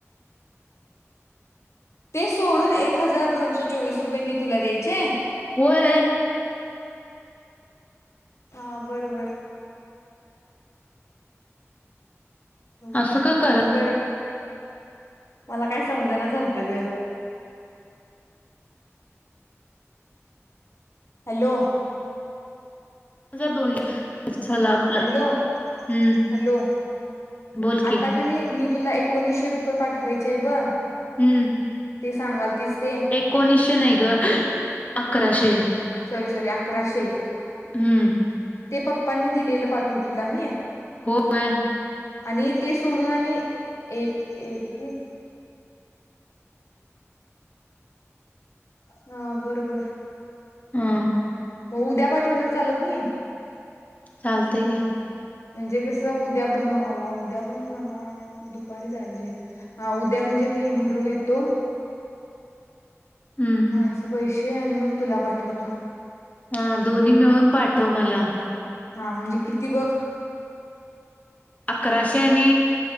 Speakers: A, on the left (about 65°); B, on the left (about 30°).
A: ते सोडून एक हजार दोनशे चोवीस रुपये मी तुला द्यायचे
B: होय
A: हा बर बर एवढ
B: असं
A: काय हाय
B: का करा
A: बरं मला काय समजण झालत ग हॅलो
B: हजार दोनशे झाला आपला
A: हॅलो हॅलो
B: हम्म बोल की
A: आता कणी मी तुला एकोणीशे रुपये पाठवायचे आहे ब
B: हम्म
A: ते सांगाल तीच ते
B: एकोणीसशे नाही ग अकराशे
A: मग सॉरी सॉरी अकराशे
B: हम्म
A: ते पप्पांनी दिलेलं पाठव तुला मी
B: होय
A: आणि ते सोडून आणि एक किती हा बरोबर
B: हा
A: मग उद्या पाठवलं चालत नाही
B: चालतय की
A: म्हणजे कस उद्या आवा उद्या पण मला दुपारी जाया पाहिजे हा उद्या म्हणजे मी भरून येतो
B: हं.
A: माझे पैसे आणि मग तुला पाठवतो
B: हा दोन्ही मिळून पाठव मला
A: हा म्हणजे किती बघ
B: अकराशे आणि